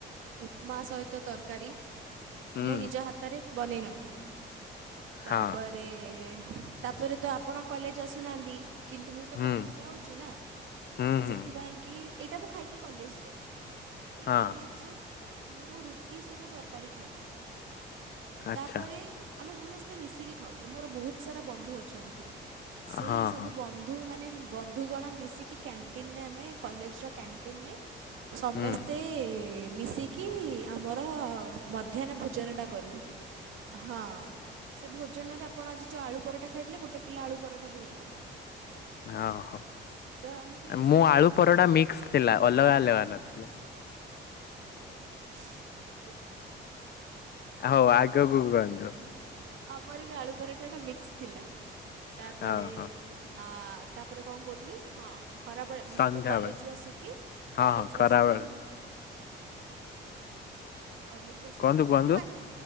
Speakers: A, on the right; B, on the left.
A: ଉପମା ସହିତ ତରକାରୀ।
B: ହୁଁ
A: ମୁଁ ନିଜ ହାତରେ ବନେଇ ନଥିଲି ତାପରେ
B: ହଁ
A: ତା ପରେ ତ ଆପଣ କଲେଜ ଆସୁନାହାଁନ୍ତି। କିନ୍ତୁ ମୁଁ ତ
B: ହୁଁ
A: କଲେଜ ଯାଉଛି ନା
B: ହୁଁ
A: ତ
B: ହୁଁ
A: ସେଥିପାଇଁ କି ଏଇଟା ମୁଁ ଖାଇକି କଲେଜ ଯାଇଥିଲି ସେ
B: ହଁ
A: କଲେଜରେ ମୁଁ ରୁଟି ସହିତ ତରକାରୀ ଖାଇଥିଲି
B: ଆଚ୍ଛା
A: ତାପରେ ଆମେ ସମସ୍ତେ ମିଶିକି ଖାଉଥିଲୁ ମୋର ବହୁତ ସାରା ବନ୍ଧୁ ଅଛନ୍ତି। ସେଇ
B: ହଁ
A: ସବୁ
B: ହଁ।
A: ବନ୍ଧୁ ମାନେ ବନ୍ଧୁଗଣ ମିଶିକି କ୍ୟାଣ୍ଟିନରେ ଆମେ କଲେଜର କ୍ୟାଣ୍ଟିନେ ସମସ୍ତେ
B: ହୁଁ
A: ମିଶିକି କି ଆମର ମଧ୍ୟାହ୍ନ ଭୋଜନଟା କରୁ ହଁ। ସେ ଭୋନରେ ଆପଣ ଆଜି ଯେଉଁ ଆଳୁ ପରଠା ଖାଇଥିଲେ ଗୋଟେ ପିଲା ଆଳୁ ପରଠା ବି ନେଇଥିଲା।
B: ହଁ ହୋ
A: ତ ଆମେ ସବୁ ମିଶିକି
B: ମୁଁ ଆଳୁ
A: ଖାଇଲୁ।
B: ପରଡା ମିକ୍ସ ଥିଲା ଅଲଗା ଅଲଗା ନଥିଲା।
A: ହଁ
B: ହଉ ଆଗକୁ କୁହନ୍ତୁ?
A: ଆମର ବି ଆଳୁ ପରଟାଟା ମିକ୍ସ ଥିଲା ତାପରେ
B: ହଁ ହଁ
A: ଅ ତାପରେ କଣ କହୁଥିଲି ହଁ ଖରାବେଳେ
B: ସନ୍ଧ୍ୟାବେଳେ
A: ତାପରେ କଲେଜରୁୁ ଆସିକି
B: ହଁ
A: କଲେଜରୁୁ
B: ହଁ ଖରାବେଳେ
A: ଆସିକି କଲେଜୁ ଆସି
B: କୁହନ୍ତୁ
A: କଣ
B: କୁହନ୍ତୁ
A: ଖାଏ ମୁ ଆକଚ